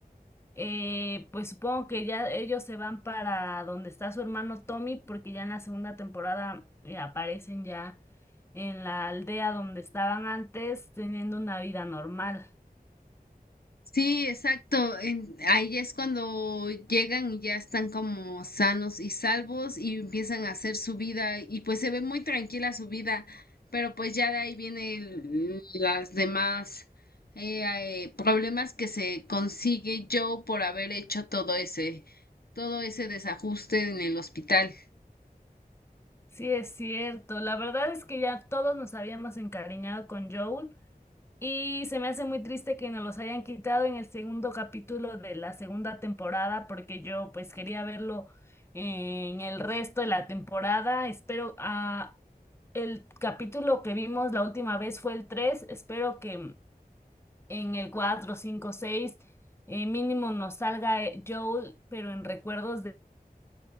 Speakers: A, on the left; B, on the left.
A: eh, pues supongo que ya ellos se van para donde está su hermano Tommy, porque ya en la segunda temporada eh, aparecen ya en la aldea donde estaban antes, teniendo una vida normal.
B: Sí, exacto. en- ahí es cuando llegan y ya están como sanos y salvos y empiezan a hacer su vida y pues se ve muy tranquila su vida, pero pues ya de ahí vienen las demás eh, eh, problemas que se consigue Joe por haber hecho todo ese, todo ese desajuste en el hospital.
A: Sí, es cierto. La verdad es que ya todos nos habíamos encariñado con Joel Y se me hace muy triste que nos los hayan quitado en el segundo capítulo de la segunda temporada, porque yo pues quería verlo en el resto de la temporada. Espero a el capítulo que vimos la última vez fue el tres Espero que en el cuatro cinco seis eh, mínimo nos salga eh, Joel, pero en recuerdos de